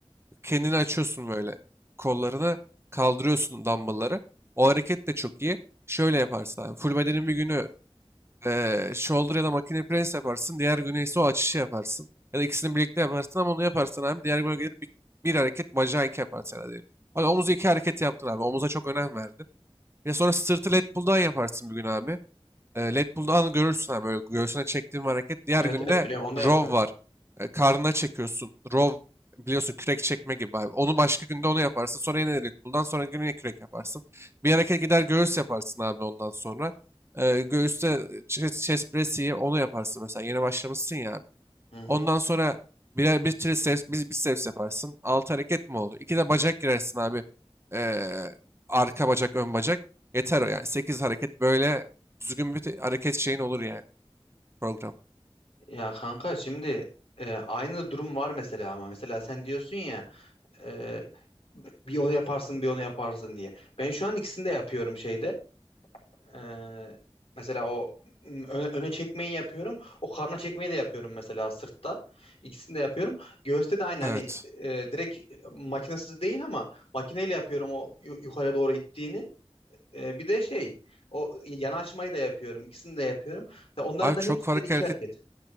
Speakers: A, on the right (about 25°); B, on the left (about 75°).
A: kendini açıyorsun böyle. Kollarını kaldırıyorsun dumbbellları. O hareket de çok iyi. Şöyle yaparsın abi. Full bedenin bir günü eee shoulder ya da makine press yaparsın. Diğer günü ise o açışı yaparsın. Ya da ikisini birlikte yaparsın ama onu yaparsan abi diğer güne gelir bir, bir hareket bacağı iki yaparsın. Yani. Hadi omuzu iki hareket yaptın abi. Omuza çok önem verdin. Ya sonra sırtı lat pull'dan yaparsın bir gün abi. E, Lat Pulldown'u görürsün abi böyle göğsüne çektiğin bir hareket. Diğer
B: Evet
A: günde
B: evet biliyorum onda
A: row
B: yapıyorum.
A: var. E, karnına çekiyorsun. Row biliyorsun kürek çekme gibi abi. Onu başka günde onu yaparsın. Sonra yine lat pull'dan sonra yine kürek yaparsın. Bir hareket gider göğüs yaparsın abi ondan sonra. E, göğüste chest, chest press onu yaparsın mesela. Yeni başlamışsın ya.
B: Hı hı.
A: Ondan sonra birer bir triceps, bir biceps yaparsın. Altı hareket mi oldu? İki de bacak girersin abi. Ee, arka bacak, ön bacak. Yeter o yani. Sekiz hareket böyle düzgün bir te- hareket şeyin olur yani program.
B: Ya kanka şimdi e, aynı durum var mesela ama mesela sen diyorsun ya Ee, bir onu yaparsın bir onu yaparsın diye. Ben şu an ikisini de yapıyorum şeyde. Ee, mesela o m, öne, öne çekmeyi yapıyorum. O karna çekmeyi de yapıyorum mesela sırtta. İkisini de yapıyorum. Göğüste de aynı
A: Evet.
B: hani e, direkt e, makinesiz değil ama makineyle yapıyorum o yu- yukarı doğru ittiğini. E, bir de şey o yana açmayı da yapıyorum. İkisini de yapıyorum. Ve onlardan
A: Abi çok
B: hepsinden
A: farklı
B: iki
A: hareket.
B: hareket.